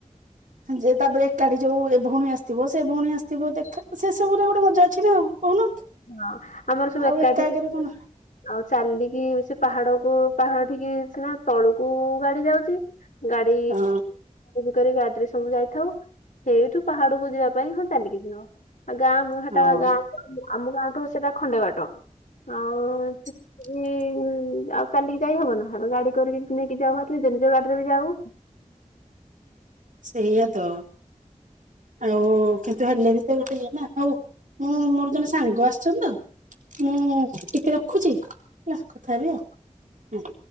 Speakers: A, on the right; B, on the left.
A: ଯେ ତାପରେ ଏକାଠି ଯୋଉ ଏ ଭଉଣୀ ଆସିଥିବ ସେ ଭଉଣୀ ଆସିଥିବ ଦେଖ ସେସବୁ ରେ ଗୋଟେ ମଜା ଅଛି ନା ଆଉ। କହୁନ
B: ହଁ ଆମର ସବୁ
A: ଆଉ
B: ଏକାଠି
A: ଏକା ଏକରେ କଣ
B: ଆଉ ଚାଲିକି ସେ ପାହାଡକୁ ପାହାଡ ଠିକି ସିନା ତଳୁକୁ ଗାଡି ଯାଉଛି। ଗାଡି।
A: ହଁ
B: କରି ଗାଡିରେ ସବୁ ଯାଇଥାଉ ସେଇଠୁ ପାହାଡକୁ ଯିବା ପାଇଁ ହଁ ଚାଲିକି ଯିବ। ଗାଁ ମୁହାଟା
A: ହଁ
B: ଗାଁ ଆମ ଗାଁଠୁ ସେଟା ଖଣ୍ଡେବାଟ ଆଉ। ସେଠି,
A: <inaudible>
B: ଉଁ, ଆଉ ଚାଲିକି ଯାଇ ହବ ନା ଆ ଗାଡି କରିକି ନେଇକି ଯାଉ ନିଜ ଗାଡିରେ ବି ଯାଉ।
A: ସେଇଆା ତ ଆଉ କିନ୍ତୁ ହେଲେ ବି ତ ଗୋଟେ ଇଏ ନା ହଉ। ହଁ ମୋର ଜଣେ ସାଙ୍ଗ ଆସିଛନ୍ତି ତ ମୁଁ ଟିକେ ରଖୁଛି ହେଲା କଥା ହେବି ଆଉ।